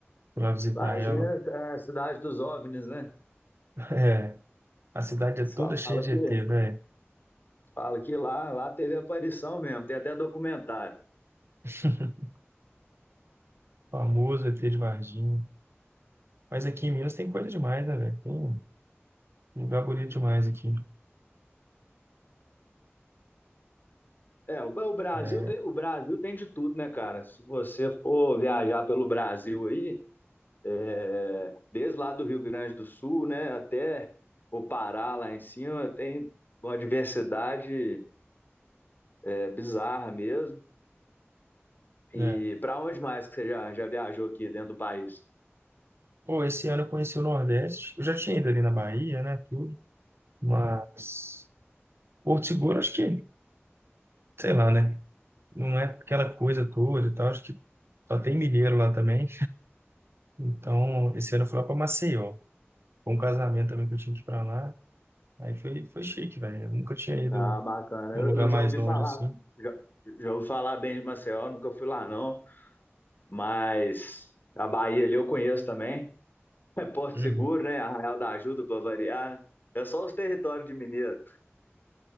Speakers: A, on the right; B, on the left.
A: Fui lá visitar
B: Varginha
A: ela. <laughs>
B: é a cidade dos OVNIs, né?
A: É, a cidade
B: Fala
A: é toda cheia de
B: que,
A: E T, velho.
B: fala que lá, lá teve aparição mesmo, tem até documentário.
A: <laughs> Famoso E T de Varginha. Mas aqui em Minas tem coisa demais, né, velho? Tem um lugar bonito demais aqui,
B: É, o, o Brasil
A: É,
B: tem, o Brasil tem de tudo, né, cara? Se você for viajar pelo Brasil aí, é, desde lá do Rio Grande do Sul, né, até o Pará lá em cima, tem uma diversidade é, bizarra mesmo. E
A: né?
B: para onde mais que você já, já viajou aqui dentro do país?
A: Pô, esse ano eu conheci o Nordeste. Eu já tinha ido ali na Bahia, né? Tudo. Mas Porto Seguro, acho que, sei lá, né? não é aquela coisa toda e tal, acho que só tem mineiro lá também. Então, esse ano eu fui lá para Maceió, com um casamento também que eu tinha que ir para lá. Aí foi, foi chique, velho. Eu nunca tinha ido
B: Ah, bacana.
A: num
B: Eu,
A: lugar
B: eu
A: mais
B: já ouvi
A: longe
B: falar,
A: assim.
B: já, já ouvi falar bem de Maceió, nunca fui lá não, mas a Bahia ali eu conheço também. <laughs> Porto
A: Uhum.
B: Seguro, né? Arraial da Ajuda para variar, né? É só os territórios de Mineiro.